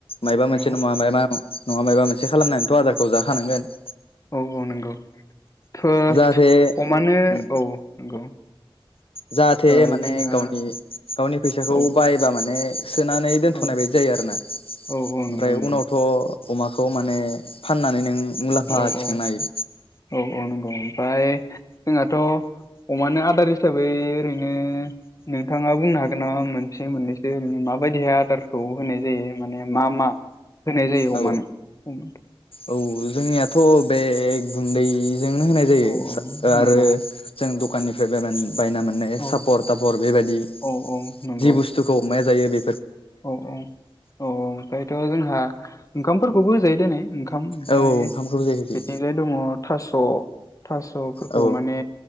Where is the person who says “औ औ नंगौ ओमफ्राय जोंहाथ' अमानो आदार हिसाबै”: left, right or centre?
Left